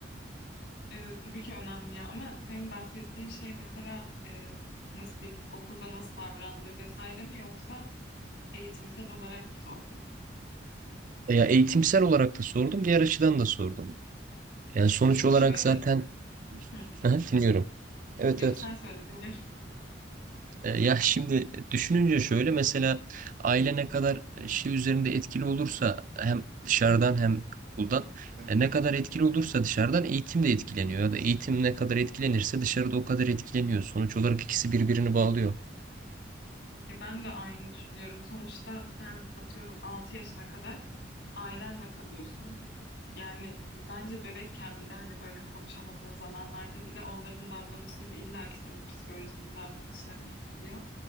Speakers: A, on the left; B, on the right.
A: E, tabii ki önemli ya ama senin bahsettiğin şey mesela e, nasıl diyeyim okulda nasıl davrandığı vesaire mi yoksa eğitimsel olarak mı sordun?
B: Ya eğitimsel olarak da sordum, diğer açıdan da sordum. Yani sonuç
A: Ya şimdi
B: olarak
A: şöyle
B: zaten
A: hı,
B: <laughs> Aha, dinliyorum. Evet
A: yok
B: evet.
A: sen söyle dinliyorum. <laughs>
B: E, Ya şimdi düşününce şöyle mesela aile ne kadar e, şey üzerinde etkili olursa hem dışarıdan hem okuldan e, ne kadar etkili olursa dışarıdan eğitim de etkileniyor ya da eğitim ne kadar etkilenirse dışarıda o kadar etkileniyor. Sonuç olarak ikisi birbirini bağlıyor.
A: Ya ben de aynı düşünüyorum. Sonuçta sen atıyorum 6 yaşına kadar ailenle kalıyorsun. Yani bence bebekken bile hani böyle konuşamadığın zamanlarda bile onların davranışları illaki senin psikolojini, davranışlarını etkiliyor.